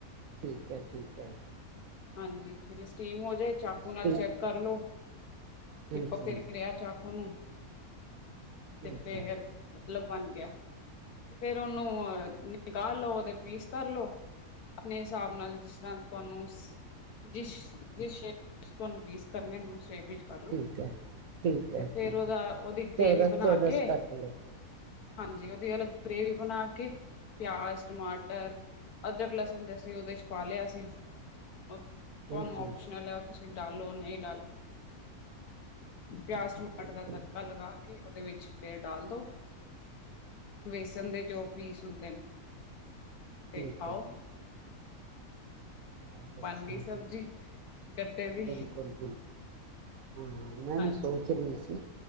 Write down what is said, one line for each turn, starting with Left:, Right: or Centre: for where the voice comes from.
Right: ਠੀਕ ਐ ਠੀਕ ਐ।
Left: ਹਾਂਜੀ, ਸਟੀਮ ਹੋ ਜਾਏ ਚਾਕੂ
Right: ਸਟੀਲ
Left: ਨਾਲ ਚੈੱਕ ਕਰ ਲੋ ਚਿਪਕ
Right: ਹਾਂਜੀ
Left: ਤੇ ਨੀ ਰਿਹਾ ਚਾਕੂ ਨੂੰ ਤੇ
Right: ਹਾਂਜੀ
Left: ਫੇਰ ਮਤਲਬ ਬਣ ਗਿਆ। ਤੇ ਫੇਰ ਉਹਨੂੰ ਨਿਕਾਲ ਲੋਦੇ ਪੀਸ ਕਰ ਲੋ ਆਪਣੇ ਹਿਸਾਬ ਨਾਲ ਜਿਸ ਤਰ੍ਹਾਂ ਤੁਹਾਨੂੰ ਜਿਸ ਜ ਤੋਂ ਨਵੀਸ ਕਰਨੇ ਨੂੰ ਸ਼ੇਪ ਵਿੱਚ ਕਰਲੋ
Right: ਠੀਕ ਹੈ ਠੀਕ ਹੈ
Left: ਤੇ ਫੇਰ
Right: ਠੀਕ
Left: ਉਹਦਾ
Right: ਹੈ
Left: ਉਹਦੀ ਗ੍ਰੇਵੀ
Right: ਚੌਰਸ
Left: ਬਣਾ
Right: ਚੌਰਸ
Left: ਕੇ
Right: ਕੱਟ ਲਏ
Left: ਹਾਂਜੀ ਉਹਦੀ ਅਲ ਗ੍ਰੇਵੀ ਬਣਾ ਕੇ, ਪਿਆਜ ਟਮਾਟਰ ਅਦਰਕ ਲਸਣ ਤੇ ਅਸੀਂ ਉਹਦੇ ਚ ਪਾ ਲਿਆ ਸੀ। ਤੁਹਾਨੂੰ
Right: ਹਾਂਜੀ
Left: ਔਪਸ਼ਨਲ ਔ ਤੁਸੀ ਤੁਸੀਂ ਡਾਲੋ ਨਹੀਂ ਡਾਲੋ ਪਿਆਜ ਟਮਾਟਰ
Right: ਬਿਲਕੁਲ
Left: ਦਾ ਤੜਕਾ
Right: ਠੀਕ
Left: ਲਗਾ ਕੇ ਉਹਦੇ ਵਿੱਚ ਕੁਛ ਫੇਰ ਡਾਲ ਦੋ, ਵੇਸਨ
Right: ਹੈ
Left: ਦੇ ਜੋ ਪੀਸ ਹੁੰਦੇ ਨੇ, ਤੇ
Right: ਠੀਕ
Left: ਖਾਓ।
Right: ਹੈ ਠੀਕ ਆ। ਬਤ ਅੱਛਾ
Left: ਬਣ ਗਈ ਸਬਜ਼ੀ
Right: ਜੀ
Left: ਗੱਟੇ ਦੀ
Right: ਬਿਲਕੁਲ-ਬਿਲਕੁਲ, ਹਾਂ ਮੈਂ
Left: ਹਾਂਜੀ
Right: ਵੀ ਸੋਚ ਰਹੀ ਸੀ